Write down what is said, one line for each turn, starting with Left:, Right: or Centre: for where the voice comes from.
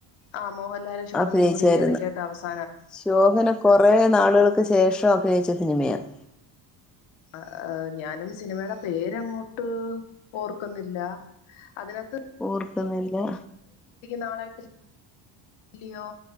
Left: ആ മോഹൻലാലും ശോഭനയും
Centre: അഭിനയിച്ചായിരുന്നു
Left: കൂടിഈ ഇടക്കിട്ട് അവസാ
Centre: ശോഭന കുറെേ നാളുകള്ക്ക് ശേഷം അഭിനയിച്ച സിനിമയാണ്
Left: ആ അ ഞാനും സിനിമേടെ പേര്ങ്ങോട്ട് ഓർക്കുന്നില്ല അതിന
Centre: ഓർക്കുന്നില്ല
Left: നാളായിട്ട് ല്ലിയോ